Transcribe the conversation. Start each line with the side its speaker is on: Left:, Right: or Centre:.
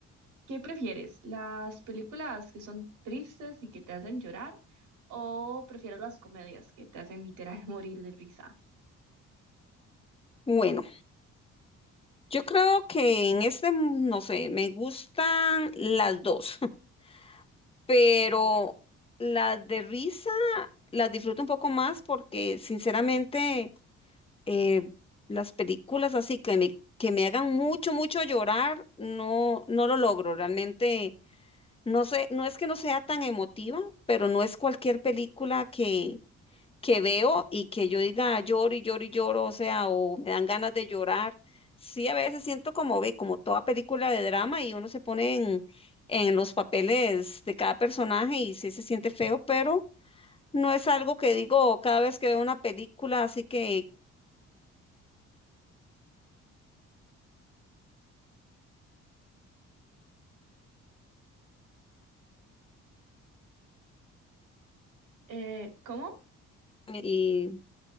Right: ¿Qué prefieres? ¿Las películas que son tristes y que te hacen llorar o prefieres las comedias que te hacen literal <laughs> morir de risa?
Left: Bueno, yo creo que en este, no sé, me gustan las dos, <laughs> pero las de risa las disfruto un poco más porque sinceramente eh, las películas así que me, que me hagan mucho, mucho llorar, no, no lo logro. Realmente, no sé, no es que no sea tan emotiva, pero no es cualquier película que que veo y que yo diga "Ah, lloro y lloro y lloro, o sea, o me dan ganas de llorar. Sí, a veces siento como ve, como toda película de drama y uno se pone en, en los papeles de cada personaje y sí se siente feo, pero no es algo que digo cada vez que veo una película, así que,
Right: Eh, ¿cómo?
Left: y,